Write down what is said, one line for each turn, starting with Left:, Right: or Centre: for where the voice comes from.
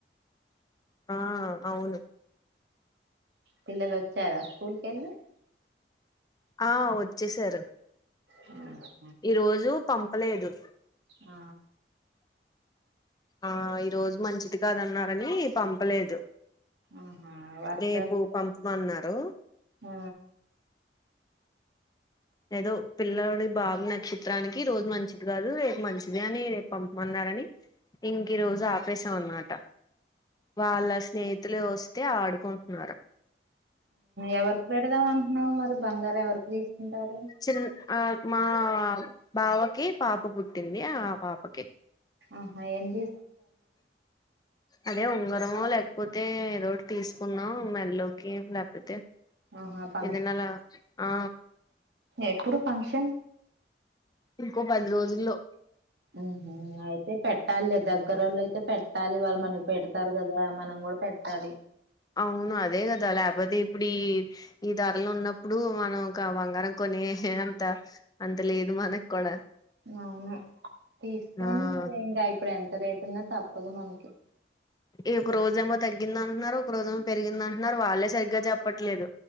Left: ఆ అవును
Right: పిల్లలోచ్చారా స్కూల్కెళ్ళి
Left: ఆ వచ్చేసేరు
Right: ఆ
Left: ఈ రోజు పంపలేదు
Right: ఆ
Left: ఆ ఈరోజు మంచిది కాదన్నారని పంపలేదు
Right: ఆహా వర్షాలు
Left: రేపు
Right: కూడా
Left: పంపమన్నారు
Right: ఆ
Left: ఏదో పిల్లడి బాబు నక్షత్రానికి ఈరోజు మంచిది కాదు రేపు మంచిది అని రేపు పంపమన్నరాని ఇంకీరోజు అప్ సం అన్నమాట వాళ్ళ స్నేహితులే వస్తే ఆడుకుంటున్నారు
Right: ఎవరికి పెడదాం అంటున్నావు మరి బంగారం ఎవరికి తీసుకుంటారు
Left: చిన్ ఆ మా బావకి పాప పుట్టింది ఆ పాపకి
Right: ఆహా ఏంది
Left: అదే ఉంగరమో లే లేకపోతే ఏదో ఒకటి తీసుకుందాం మెల్లోకి లేపోతే
Right: ఆహా ఫంక్షన్
Left: ఏదన లా ఆ
Right: ఎప్పుడు ఫంక్షన్
Left: ఇంకో పది రోజుల్లో
Right: ఉహామ్ అయితే పెట్ పెట్టాలె దగ్గర వాళ్ళు అయితే పెట్టాలి వాళ్ళు మనకి పెడతారు కదా మనం కూడా పెట్టాలి
Left: అవును అదే కదా లేపోతే ఇప్పుడు ఈ ఈ ధరలు ఉన్నప్పుడు మనం బంగారం కొనే హ అంత అంతలేదు మనకుడా
Right: అవును తీసుకొండి
Left: ఆ
Right: మరి ఇంకా ఇప్పుడు ఎంత రేట్ ఉన్నా తప్పదు మనకి
Left: ఏ ఒక రోజ ఏమో తగ్గిందంటనారు ఒక రోజ ఏమో పెరిగిదంటనారు వాళ్ళే సరిగ్గా చెప్పట్లేదు